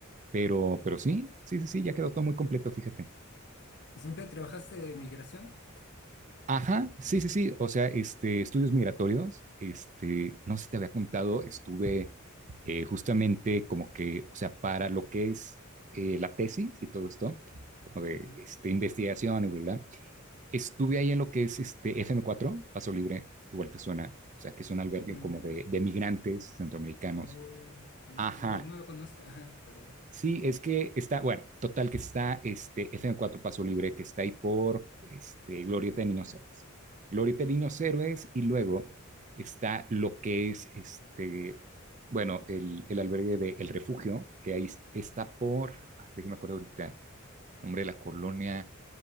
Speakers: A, on the right; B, on the left.
A: Pero, pero sí, sí, sí, sí, ya quedó todo muy completo, fíjate.
B: ¿Y siempre trabajaste de migración?
A: Ajá, sí, sí, sí. O sea, este, estudios migratorios, este, no sé si te había contado, estuve eh, justamente como que, o sea, para lo que es eh, la tesis y todo esto, como de
B: Ajá.
A: este, investigación y bla, bla, bla, estuve ahí en lo que es este FM4, Paso Libre, igual te suena, o sea, que es un albergue
B: Mm.
A: como de, de migrantes centroamericanos.
B: Oh, mm,
A: Ajá,
B: bueno, no lo conozco, <laughs> ajá, pero,
A: Sí, es que está, bueno, total que está este F fm cuatro Paso Libre, que está ahí por este, Glorieta de Niños Héroes. Glorieta de Niños
B: mm,
A: Héroes y luego está lo que es este, bueno, el, el albergue de El Refugio, que ahí está por, déjeme acuerdo ahorita, nombre de la colonia,